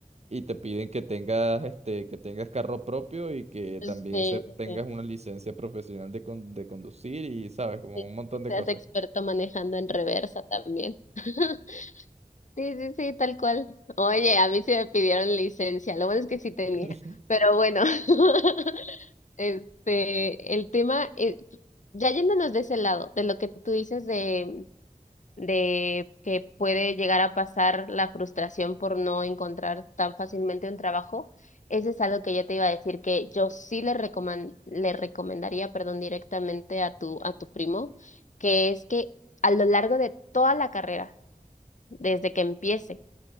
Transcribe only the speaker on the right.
Y te piden que tengas este, que tengas carro propio y que
también
se,
tengas
una licencia profesional de, con- de conducir y sabes, como
un montón
de
cosas.
<laughs>